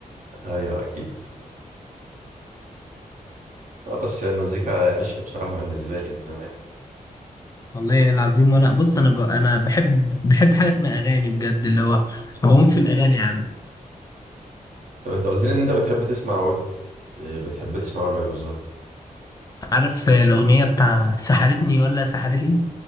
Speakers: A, on the right; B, on the left.
A: آه، ايوه اكيد لا بس هي المزيكا عشق بصراحه بالنسبه لي من زمان
B: والله العظيم وانا بص انا ب... انا بحب بحب حاجه اسمها اغاني بجد اللي هو أنا بموت في الاغاني يا عم
A: طب انت قلت لي ان انت بتحب تسمع ويجز إيه بتحب تسمعه له ايه بالظبط
B: عارف الاغنيه بتاع سحرتني ولا سحرتني